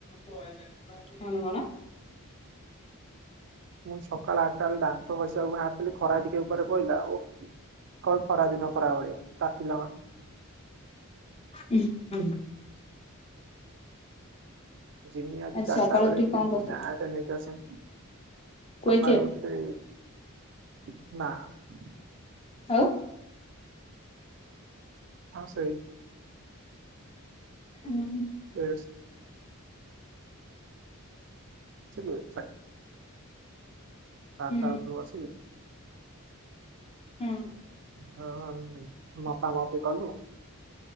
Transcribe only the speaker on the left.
ଶୁଣିବ ନା
ହୁଁ ହୁଁ
ସକାଳୁ
ଉଠିକି
କଣ କରିଥିଲ?
କୁଆଖିଆ
ହଉ
ହୁଁ ହୁଁ
ହୁଁ
ହୁଁ